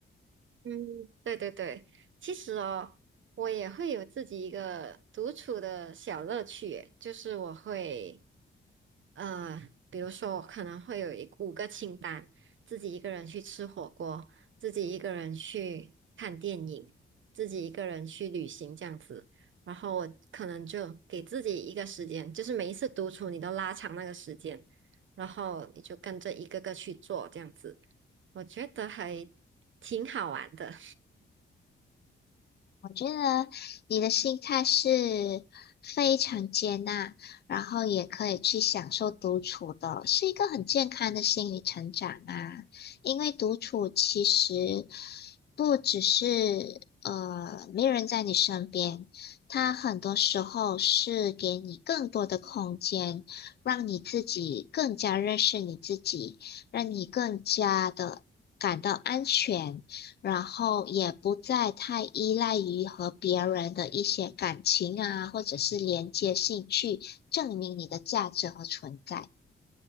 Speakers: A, on the right; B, on the left.
A: 嗯，对对对，其实哦，我也会有自己一个独处的小乐趣耶，就是我会呃，比如说我可能会有一五个清单，自己一个人去吃火锅，自己一个人去看电影，自己一个人去旅行这样子。然后我可能就给自己一个时间，就是每一次独处你都拉长那个时间，然后你就跟着一个个去做这样子，我觉得还挺好玩的。
B: 觉得你的心态是非常接纳，然后也可以去享受独处的，是一个很健康的心理成长啊。因为独处其实不只是呃没人在你身边，它很多时候是给你更多的空间，让你自己更加认识你自己，让你更加的感到安全。然后也不再太依赖于和别人的一些感情啊，或者是连接性去证明你的价值和存在。